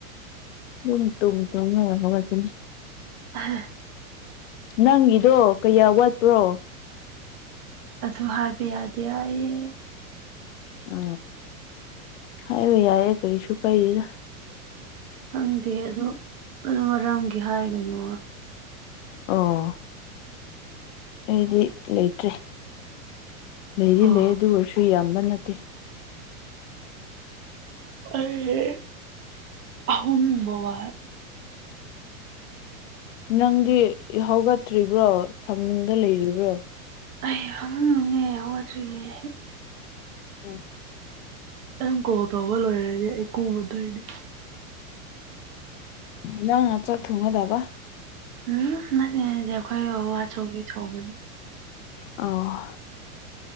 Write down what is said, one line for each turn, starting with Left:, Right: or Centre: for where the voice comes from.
Left: ꯎꯇꯨ ꯎ ꯇꯨꯔ ꯑꯗꯨꯅꯤ
Right: ꯑ
Left: ꯅꯪꯒꯤꯗꯣ ꯀꯌꯥ ꯋꯥꯠꯄ꯭ꯔꯣ
Right: ꯑꯗꯨ ꯍꯥꯏꯕ ꯌꯥꯗꯦ ꯑꯩꯌꯦ
Left: ꯑ ꯍꯥꯏꯕ ꯌꯥꯏꯑꯦ ꯀꯔꯤꯁꯨ ꯀꯥꯏꯔꯤꯗ
Right: ꯈꯪꯗꯦ ꯑꯗꯨ ꯀ ꯃꯔꯝꯒꯤ ꯍꯥꯏꯒꯅꯨ
Left: ꯑꯣ ꯑꯩꯗꯤ ꯂꯩꯇ꯭ꯔꯦ ꯂꯩꯗꯤ
Right: ꯑꯣ
Left: ꯂꯩ ꯑꯗꯨ ꯑꯣꯏꯔꯁꯨ ꯌꯥꯝꯕ ꯅꯠꯇꯦ
Right: ꯑꯦ ꯑꯍꯟ ꯃ ꯋꯥ
Left: ꯅꯪꯗꯤ ꯍꯧꯒꯠꯇ꯭ꯔꯤꯕ꯭ꯔꯣ ꯐꯃꯨꯡꯗ ꯂꯩꯔꯤꯕ꯭ꯔꯣ
Right: ꯑꯩꯅꯦ ꯌꯥꯎꯗ꯭ꯔꯔꯤ
Left: ꯎꯝ
Right: ꯅꯪ ꯀꯣ ꯇꯧꯕ ꯂꯣꯏꯔꯗꯤꯦ ꯑꯩ ꯀꯨꯝꯃꯗꯗꯤ
Left: ꯅ ꯆꯊ ꯊꯨꯡꯒ ꯗꯥꯕ
Right: ꯎꯝ ꯅꯗꯤ ꯑꯩꯈꯣꯏ ꯑ ꯑꯆꯧꯕꯤ ꯊꯣꯡꯒꯅꯤ
Left: ꯑ